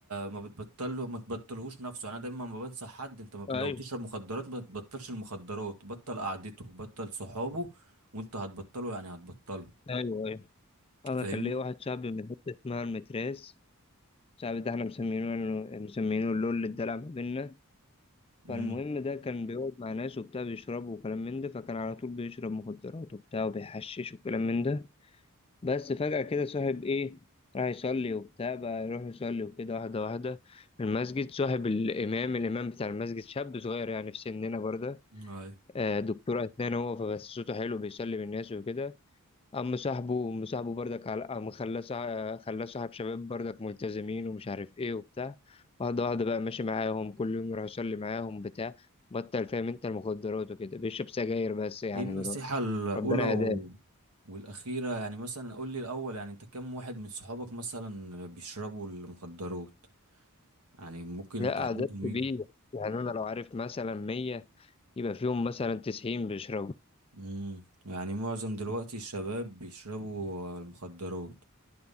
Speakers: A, on the right; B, on the left.
A: ما بتبطله ما تبطلهوش نفسه انا دايما ما بنصح حد انت ما
B: أيوه
A: لو بتشرب مخدرات ما تبطلش المخدرات بطل قعدته بطل صحابه وانت هتبطله يعني هتبطله
B: أيوه أيوه أنا
A: فاهمني
B: كان ليا واحد صاحبي من حتة اسمها المتراس صاحبي ده احنا مسمينه مسمينه اللول اللي اتدلع ما بينا
A: امم
B: فالمهم ده كان بيقعد مع ناس وبتاع بيشربوا وكلام من ده فكان على طول بيشرب مخدرات وبتاع وبيحشش وكلام من ده بس فجأة كده صاحب إيه راح يصلي وبتاع بقى يروح يصلي وكده واحدة واحدة في المسجد صاحب الإمام الإمام بتاع المسجد شاب صغير يعني في سننا برضه
A: ايوه
B: آه، دكتور أسنان هو فبس صوته حلو بيصلي بالناس وكده قام صاحبه قام صاحبه بردك على قام خلاه صاح- خلاه صاحب شباب بردك ملتزمين ومش عارف ايه وبتاع واحدة واحدة بقى ماشي معاهم كل يوم يروح يصلي معاهم بتاع بطل فاهم انت المخدرات وكده بيشرب سجاير بس يعني
A: ايه النصيحة
B: دلوقتي
A: الاولى
B: ربنا
A: و...
B: <laughs> هداه
A: والاخيرة يعني مثلا قول لي الاول يعني انت كم واحد من صحابك مثلا بيشربوا المخدرات يعني ممكن
B: لا
A: انت عددهم
B: عدد كبير
A: يجي
B: يعني انا لو عارف مثلا مية يبقى فيهم مثلا تسعين بيشربوا
A: امم يعني معظم دلوقتي الشباب بيشربوا المخدرات